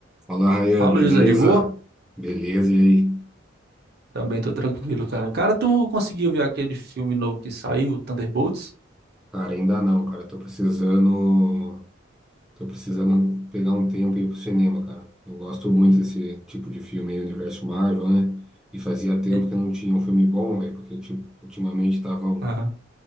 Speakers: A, in the centre; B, on the right.
A: Fala, Rayan,
B: Fala,
A: beleza?
B: José, de boa?
A: Beleza, e aí?
B: Também tô tranquilo, cara. Cara, tu conseguiu ver aquele filme novo que saiu, Thunderbolts?
A: Cara, ainda não, cara. Tô precisando. Tô precisando pegar um tempo e ir pro cinema, cara. Eu gosto muito desse tipo de filme aí, universo Marvel, né? E fazia tempo
B: E-
A: que não tinha um filme bom, velho, porque ulti- ultimamente estavam
B: Aham.